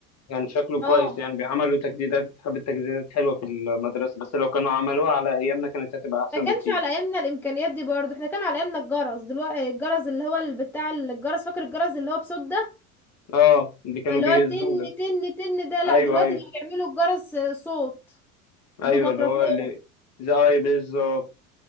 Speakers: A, on the left; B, in the centre.
A: كان شكله كويس
B: اه
A: يعني بيعملوا تجديدات حبة تجديدات حلوة في المدرسة بس لو كانوا عملوها على أيامنا كانت هتبقى أحسن
B: ما كانش
A: بكتير
B: على ايامنا الامكانيات دي برضو احنا كان على ايامنا الجرس دلوقتي الجرس اللي هو ال- بتاع الجرس فاكر الجرس اللي هو بصوت ده
A: اه اللي كانوا
B: اللي
A: بيهزوه
B: هو تن
A: ده
B: تن تن ده لا
A: أيوه
B: دلوقتي
A: أيوه
B: بقى بيعملوا الجرس صوت بميكروفون
A: ايوه اللي هو اللي زي اي بالظبط